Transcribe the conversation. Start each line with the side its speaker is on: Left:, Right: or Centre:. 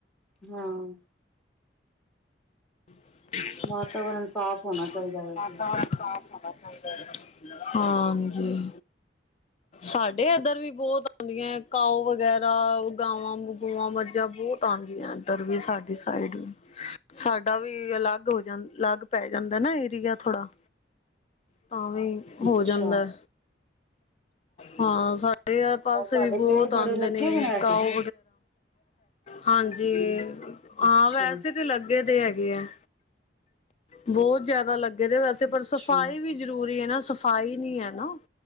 Centre: ਹਾਂ,
Left: <unintelligible>
Centre: ਵਾਤਾਵਰਨ ਸਾਫ਼ ਹੋਣਾ ਚਾਹੀਦਾ ਵੈਸੇ
Left: ਹਾਂਜੀ ਸਾਡੇ ਇੱਧਰ ਵੀ ਬਹੁਤ ਆਉਂਦੀਆਂ, ਕਾਓ ਵਗੈਰਾ ਗਾਵਾ-ਗੂਵਾ, ਮੱਝਾਂ ਬਹੁਤ ਦੀ ਆ ਇੱਧਰ ਵੀ ਸਾਡੀ ਸਾਈਡ ਵੀ, ਸਾਡਾ ਵੀ ਅਲੱਗ ਹੋ ਜਾਂ ਅਲੱਗ ਪੈ ਜਾਂਦਾ ਨਾ ਏਰੀਆ ਥੋੜਾ, ਤਾਂ ਵੀ
Centre: ਅੱਛਾ
Left: ਹੋ ਜਾਂਦਾ। ਹਾਂ ਸਾਡੇ ਵੀ ਪਾਸੇ
Centre: ਹੋਰ ਤੁਹਾਡੇ
Left: ਵੀ ਬਹੁਤ
Centre: ਪੇੜ ਪੌੜੇ
Left: ਆਉਂਦੇ
Centre: ਲੱਗੇ
Left: ਨੇ
Centre: ਦੇ ਵੈਸੇ
Left: ਕਾਓ ਹਾਂਜੀ,
Centre: ਅੱਛਾ
Left: ਹਾਂ ਵੈਸੇ ਤੇ ਲੱਗੇ। ਲੱਗੇ ਦੇ ਹੈਗੇ ਹੈ, ਬਹੁਤ ਜਿਆਦਾ ਲੱਗੇ ਦੇ ਵੈਸੇ ਪਰ
Centre: ਅੱਛਾ
Left: ਸਫ਼ਾਈ ਵੀ ਜ਼ਰੂਰੀ ਹੈ ਨਾ, ਸਫ਼ਾਈ ਨੀ ਹੈ ਨਾ।